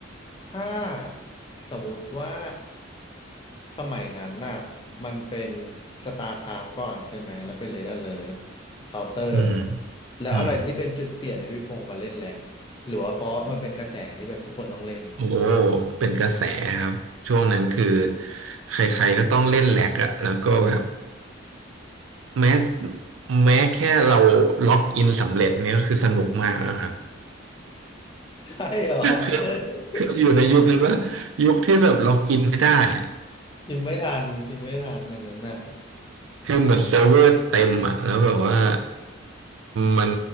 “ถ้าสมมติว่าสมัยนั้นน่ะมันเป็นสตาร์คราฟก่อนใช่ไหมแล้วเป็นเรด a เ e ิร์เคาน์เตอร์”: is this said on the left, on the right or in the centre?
Left